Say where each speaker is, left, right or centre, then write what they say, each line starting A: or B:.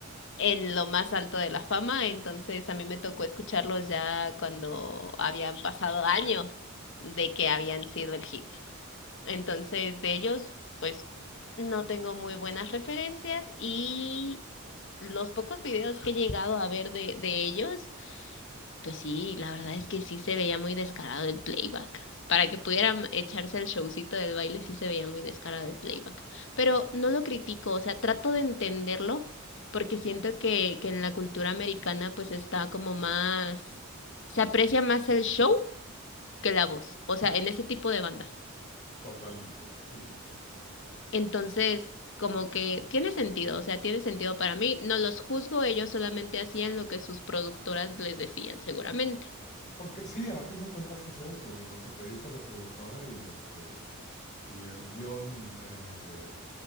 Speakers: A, on the left (about 60°); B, on the left (about 35°).
A: en lo más alto de la fama, entonces a mí me tocó escucharlos ya cuando habían pasado años de que habían sido el hit. Entonces de ellos, pues no tengo muy buenas referencias y los pocos videos que he llegado a ver de, de ellos pues sí, la verdad es que sí se veía muy descarado el playback. Para que pudieran echarse el showcito del baile, sí se veía muy descarado el playback. Pero no lo critico, o sea, trato de entenderlo porque siento que, que en la cultura americana pues está como más, se aprecia más el show que la voz, o sea, en ese tipo de bandas.
B: totalmente. Sí, sí, sí, sí.
A: Entonces, como que tiene sentido, o sea, tiene sentido para mí, no los juzgo, ellos solamente hacían lo que sus productoras les decían, seguramente.
B: Porque sí, a fin de cuentas es eso, lo que te dice la productora y este, y el guión, eh,